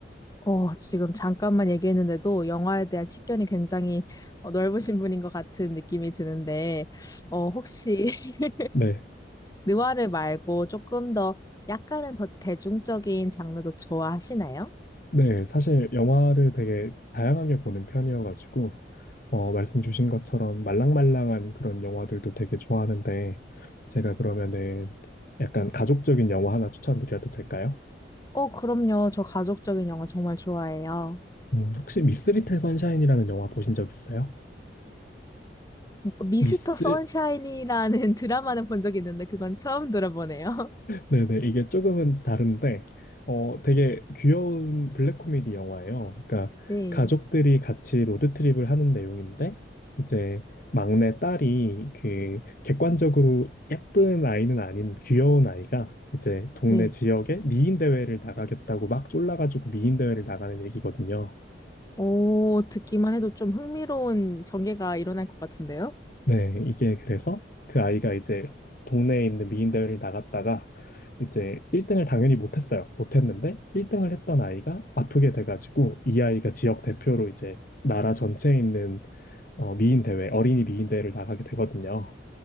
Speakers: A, on the left; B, on the left.
A: 어, 지금 잠깐만 얘기했는데도 영화에 대한 식견이 굉장히 어, 넓으신 분인 것 같은 느낌이 드는데, 어, 혹시 <laughs>
B: 네.
A: 느와르 말고 조금 더 약간은 더 대중적인 장르도 좋아하시나요?
B: 네, 사실 영화를 되게 다양하게 보는 편이어가지고, 어, 말씀 주신 것처럼 말랑말랑한 그런 영화들도 되게 좋아하는데, 제가 그러면은 약간 가족적인 영화 하나 추천드려도 될까요?
A: 어, 그럼요. 저 가족적인 영화 정말 좋아해요.
B: 음. 혹시 미스 리틀 선샤인이라는 영화 보신 적 있어요?
A: 미스터
B: 미스?
A: 선샤인이라는 <laughs> 드라마는 본 적이 있는데 그건 처음 들어보네요. <laughs>
B: 네네, 이게 조금은 다른데, 어, 되게 귀여운 블랙 코미디 영화예요. 그러니까
A: 네,
B: 가족들이 같이 로드트립을 하는 내용인데, 이제 막내 딸이 그 객관적으로 예쁜 아이는 아닌 귀여운 아이가 이제 동네
A: 네.
B: 지역에 미인 대회를 나가겠다고 막 쫄라가지고 미인 대회를 나가는 얘기거든요.
A: 오, 듣기만 해도 좀 흥미로운 전개가 일어날 것 같은데요?
B: 네, 이게 그래서 그 아이가 이제 동네에 있는 미인대회를 나갔다가 이제 1등을 당연히 못했어요. 못했는데 1등을 했던 아이가 아프게 돼가지고 이 아이가 지역 대표로 이제 나라 전체에 있는 어, 미인대회, 어린이 미인대회를 나가게 되거든요.